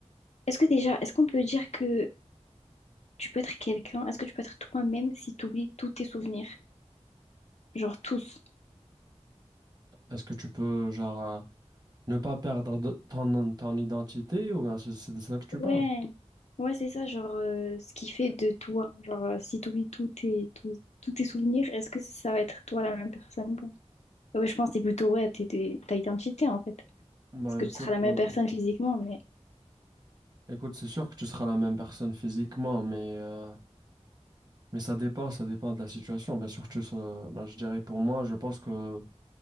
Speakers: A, on the left; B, on the right.
A: est-ce que déjà, est-ce qu'on peut dire que tu peux être quelqu'un, est-ce que tu peux être toi-même si tu oublies tous tes souvenirs? Genre tous.
B: Est-ce que tu peux genre euh, ne pas perdre de- ton, ton identité ou bien c'est c'est de ça que tu
A: Ouais,
B: parles?
A: ouais, c'est ça, genre euh, ce qui fait de toi. Genre, euh, si tu oublies tous tes, tous, tous tes souvenirs, est-ce que ça va être toi la même personne? Ouais, je pense que c'est plutôt ouais, t'es- t'es- ta identité en fait.
B: Bah
A: Parce que
B: écoute,
A: tu seras la même
B: euh,
A: personne physiquement, mais
B: écoute, c'est sûr que tu seras la même personne physiquement, mais euh, Mais ça dépend, ça dépend de la situation. Bien sûr, je, je dirais pour moi, je pense que